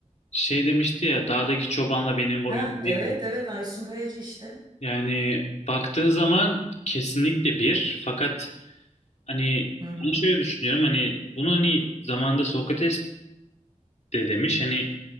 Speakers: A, on the left; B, on the right.
A: Şey demişti ya dağdaki çobanla benim oyun
B: Ha, evet
A: bir mi?
B: evet Aysun Kayacı işte.
A: Yani baktığın zaman kesinlikle bir. Fakat hani
B: Hı hı.
A: ben şöyle düşünüyorum hani bunu hani zamanında Sokrates de demiş hani